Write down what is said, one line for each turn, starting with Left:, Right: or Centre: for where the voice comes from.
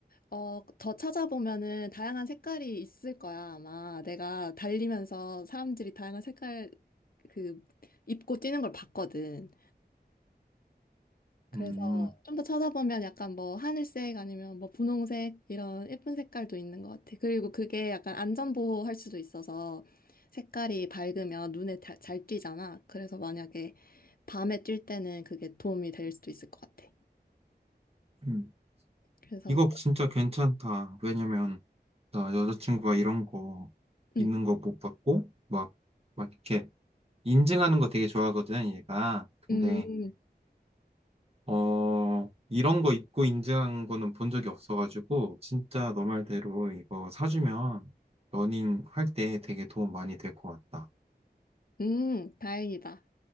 Left: 어, 더 찾아보면은 다양한 색깔이 있을 거야, 아마. 내가 달리면서 사람들이 다양한 색깔 그 입고 뛰는 걸 봤거든. 그래서
Right: 음,
Left: 좀 더 찾아보면 약간 뭐 하늘색 아니면 뭐 분홍색 이런 예쁜 색깔도 있는 것 같아. 그리고 그게 약간 안전보호 할 수도 있어서 색깔이 밝으면 눈에 다- 잘 띄잖아. 그래서 만약에 밤에 뛸 때는 그게 도움이 될 수도 있을 것 같아.
Right: 음.
Left: 그래서
Right: 이거 진짜 괜찮다 왜냐면 나 여자친구가 이런 거
Left: 음,
Right: 있는 거 못 봤고 막 막 이렇게 인증하는 거 되게 좋아하거든 얘가 근데
Left: 음,
Right: 어 이런 거 입고 인증한 거는 본 적이 없어가지고 진짜 너 말대로 이거 사주면 러닝 할 때 되게 도움 많이 될 것 같다
Left: 음, 다행이다.